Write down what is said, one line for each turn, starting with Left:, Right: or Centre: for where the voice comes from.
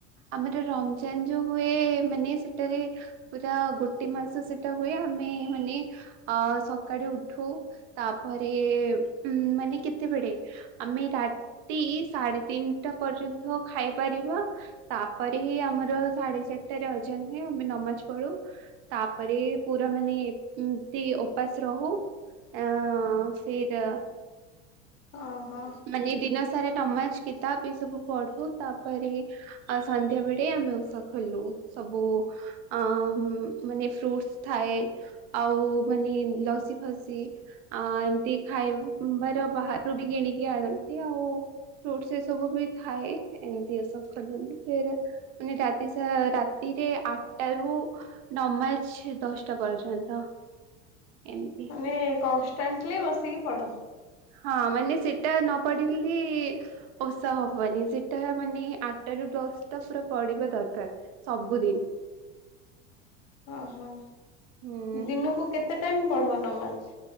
Right: ଆମର ରମ୍ଜାନ୍ ଯୋଉ ହୁଏ। ମାନେ ସେଟାରେ ପୁରା ଗୋଟେ ମାସ ସେଟା ହୁଏ। ଆମେ ମାନେ ଅ ସକାଡ଼ୁ ଉଠୁ ତାପରେ ଉ ମାନେ କେତେବେଳେ? ଆମେ ରାତି ସାଢ଼େ ତିନିଟା ପର୍ଯ୍ୟନ୍ତ ଖାଇ ପାରିବା ତାପରେ ହିଁ ଆମର ସାଢ଼େ ଚାରିଟାରେ ଅଜାନ ହୁଏ ଆମେ ନମାଜ ପଢୁ ତାପରେ ପୁରା ମାନେ ଏମତି ଉପାସ ରହୁ ଆଁ ସେଇତ
Left: ଅ ହ।
Right: ମାନେ ଦିନ ସାରା ନମାଜ କିତାବ ଏ ସବୁ ପଢ଼ୁ ତାପରେ ଆଉ ସନ୍ଧ୍ୟା ବେଡ଼େ ଆମେ ଓଷା ଖୋଲୁ ସବୁ ଆ ମାନେ ଫ୍ରୁଟ୍ସ ଥାଏ ଆଉ ମାନେ ଲସି ଫସି ଆ ଏମତି ଖାଇବାର ବାହାର ରୁ ବି କିଣିକି ଆଣନ୍ତି ଆଉ ଫ୍ରୁଟ ଏ ସବୁ ବି ଥାଏ ଏମିତି ଏସବୁ <unintelligible> ମାନେ ରାତି ସା ରା ରାତିରେ ଆଠଟା ରୁ ନମାଜ ଦଶଟା ପର୍ଯ୍ୟନ୍ତ। ଏମିତି
Left: ମାନେ କନଷ୍ଟାଣ୍ଟଲି ବସିକି ପଢ଼
Right: ହଁ ମାନେ ସେଟା ନ ପଡିଲି ଓଷା ହବନି ସେଟା ମାନେ ଆଠଟା ରୁ ଦଶଟା ପୁରା ପଡିବା ଦରକାର। ସବୁଦିନ।
Left: ଓହୋ
Right: ହୁଁ
Left: ଦିନକୁ କେତେ ଟାଇମ ପଢ ନମାଜ?